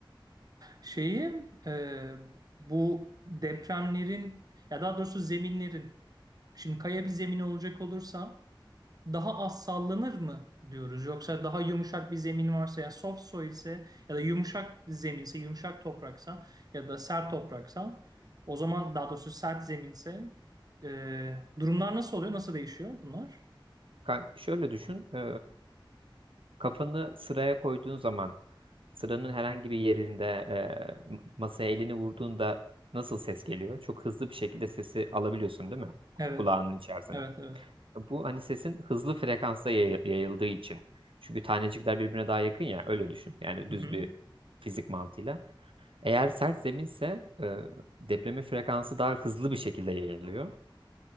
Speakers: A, on the right (about 45°); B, on the right (about 80°).
A: Şeyi e, bu depremlerin ya daha doğrusu zeminlerin şimdi kaya bir zemin olacak olursa daha az sallanır mı diyoruz? Yoksa daha yumuşak bir zemin varsa ya soft soil ise ya da yumuşak zeminse, yumuşak topraksa ya da sert topraksa o zaman daha doğrusu sert zeminse e, durumlar nasıl oluyor? Nasıl değişiyor bunlar?
B: Kanka, şöyle düşün. E, Kafanı sıraya koyduğun zaman sıranın herhangi bir yerinde e, masaya elini vurduğunda nasıl ses geliyor? Çok hızlı bir şekilde sesi alabiliyorsun değil mi?
A: Evet.
B: Kulağının içerisine.
A: Evet, evet.
B: Bu hani sesin hızlı frekansta yay- yayıldığı için. Çünkü tanecikler birbirine daha yakın ya öyle düşün. Yani
A: Hı
B: düz
A: hı.
B: bir fizik mantığıyla. Eğer sert zeminse e, depremin frekansı daha hızlı bir şekilde yayılıyor.